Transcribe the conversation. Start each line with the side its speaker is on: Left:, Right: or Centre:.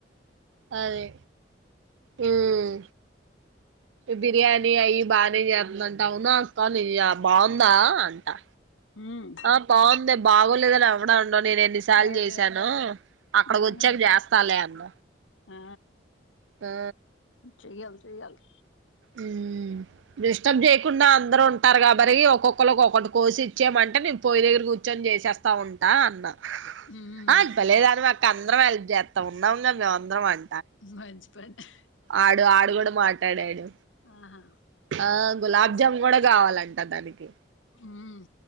Right: అదే మ్మ్ బిర్యానీ అయి బానే జేత్తుంటా అవునా అక్కానీ బావుందా అంటా
Left: ఉమ్
Right: ఆ బావుందే బాగోలేదని ఎవడ అన్ నేను ఎన్నిసార్లు
Left: అదే
Right: జేసానో అక్కడకి
Left: ఆహా
Right: వచ్చాక జేస్తాలేే అన్న
Left: ఆ
Right: ఆ
Left: చేయాలి చేయాలి
Right: ఉమ్ డిస్టర్బ్ చేయకుండా అందరుూ ఉంటారు కా మరి ఒక్కొక్కరు ఒకొక్కటి కోసి ఇచ్చామంటే నేను పోయి దగ్గర కూర్చొని చేసేస్తా ఉంటా అన్నా
Left: ఉమ్
Right: ఆ భలేదాను వె అక్క అందరంళ్ళ చేస్తా ఉన్నాముం మేము అందరం అం
Left: మంచి పని
Right: ఆడు ఆడు కూడా మా డాడు
Left: ఆహా
Right: ఆ గులాబ్జామున్
Left: వచ్చాడు
Right: కూడా కావాలంట దానికి
Left: ఉమ్